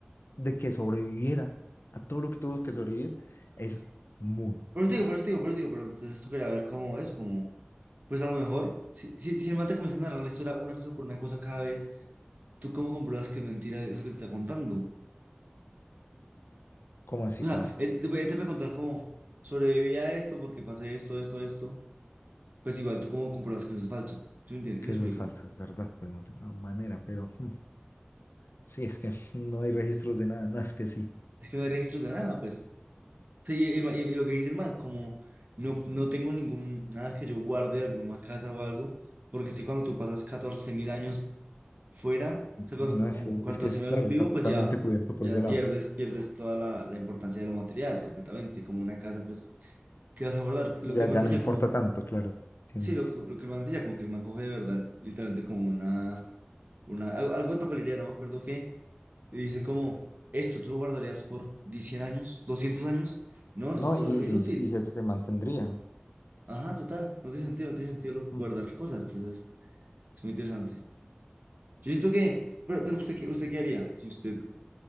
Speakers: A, on the left; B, on the right.
A: de que sobreviviera a todo lo que tuvo que sobrevivir es muy
B: por eso
A: baja.
B: te digo, por eso te digo, por eso te digo, pero entonces tú quería ver como eso, como, pues a lo mejor, si, si, si el man te comienza a narrar la historia una cosa por una cosa cada vez, ¿Tú cómo compruebas que es mentira eso que te está contando?
A: ¿Cómo así?
B: O sea,
A: ¿Cómo así?
B: él te, puede él te puede contar como sobreviví a esto porque pasé esto, esto, esto. Pues igual, ¿tú cómo compruebas que eso es falso? ¿Sí me entiendes?
A: Que
B: ¿Sí me
A: eso
B: explico?
A: es falso, es verdad, pues no tengo manera, pero <laughs> mm, sí, es que <laughs> no hay registros de nada, no es que sí,
B: Es que no hay registros de nada, pues. Sí, y, y- y lo que dice el man, como no, no tengo ningún, nada que yo guarde de alguna casa o algo, porque sé cuando tú pasas 14.000 años fuera, o sea, cuando
A: no es
B: con
A: que,
B: catorce
A: es que es
B: mil
A: claro,
B: años vivo,
A: está totalmente
B: pues ya,
A: cubierto por
B: ya
A: ese lado.
B: pierdes, pierdes toda la, la importancia de lo material completamente, como una casa, pues, ¿qué vas a guardar?
A: Ya,
B: Lo que el
A: ya
B: man decía,
A: no importa tanto, claro, entiendo.
B: Sí, lo que, lo que el man decía, como que el man coge de verdad, literalmente como una, una, al- algo de papelería, no me acuerdo qué, y dice como, esto tú lo guardarías por 100 años, 200 años, no, esto
A: No,
B: se
A: y, y,
B: vuelve inútil,
A: y se, se mantendrían.
B: ajá, total, no tiene sentido, no tiene sentido lo-
A: Mm.
B: guardar cosas, entonces es muy interesante. Yo siento que, pero, pero usted, qué- ¿usted qué haría si usted